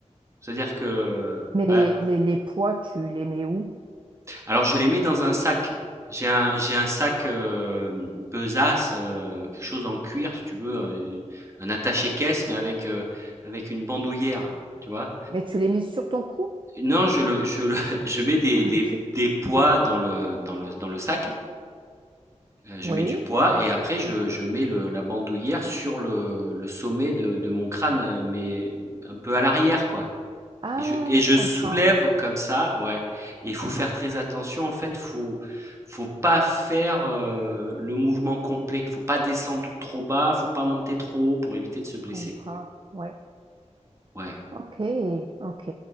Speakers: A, on the right; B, on the right.
A: C'est-à-dire que.
B: Mais les,
A: ouais.
B: les poids, tu les mets où?
A: Alors, je les mets dans un sac. J'ai un, j'ai un sac euh, besace, euh, quelque chose en cuir, si tu veux, euh, un attaché-caisse, mais avec, euh, avec une bandoulière, tu vois.
B: Mais tu les mets sur ton cou?
A: Non, je, le, je, le- <laughs> je mets des, des,
B: OK.
A: des poids dans le, dans le, dans le sac. Heu, je
B: Oui.
A: mets du poids et après je je mets le la bandoulière sur le le sommet de de mon crâne, heu, mais un peu à l'arrière quoi
B: Ah,
A: et je et je
B: je comprends.
A: soulève comme ça, ouais et il faut faire très attention en fait, faut faut pas faire, heu, le mouvement complet. Faut pas descendre trop bas, faut pas monter trop haut pour éviter de se
B: Je
A: blesser.
B: comprends. Oui.
A: Ouais,
B: OK. OK.